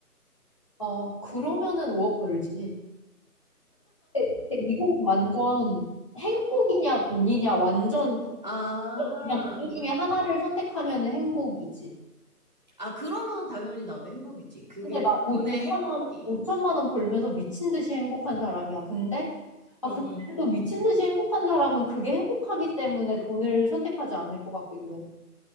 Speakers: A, on the left; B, on the right.
A: 어, 그러면은 5억 벌지. 근데, 근데 이건 완전 행복이냐 돈이냐 완전
B: 아,
A: 그냥 그 중에 하나를 선택하면 행복이지.
B: 아, 그러면 당연히 나도 행복이지. 그게
A: 근데 막 5천만
B: 돈의 행복이.
A: 원, 5천만 원 벌면서 미친 듯이 행복한 사람이야. 근데 아,
B: 응,
A: 근데
B: 응.
A: 또 미친 듯이 행복한 사람은 그게 행복하기 때문에 돈을 선택하지 않을 것 같기도 해.